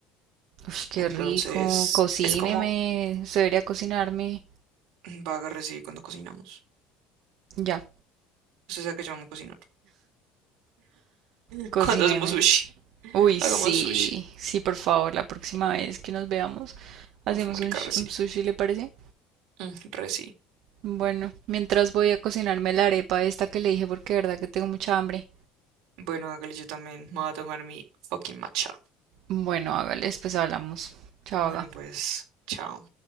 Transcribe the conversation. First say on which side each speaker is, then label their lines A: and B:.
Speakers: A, on the right (about 65°); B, on the right (about 80°).
A: Ush, qué
B: Entonces,
A: rico. Cocíneme.
B: es como <clears throat>
A: Usted debería cocinarme.
B: mm, vaga recibe cuando cocinamos.
A: Ya,
B: Usted sabe que yo amo cocinar. <laughs>
A: cocíneme.
B: Cuando hacemos sushi, <laughs>
A: Uy,
B: hagamos
A: sí.
B: sushi.
A: Sí, por favor, la próxima vez que nos veamos, hacemos
B: Uf, marica,
A: un, sh-
B: reci.
A: un sushi, ¿le parece?
B: Mm, Reci.
A: Bueno, mientras voy a cocinarme la arepa esta que le dije porque de verdad que tengo mucha hambre.
B: Bueno, hágale yo también. Me voy a tomar mi fucking matcha.
A: Bueno, hágale, después hablamos. Chao,
B: Bueno,
A: haga.
B: pues, chao.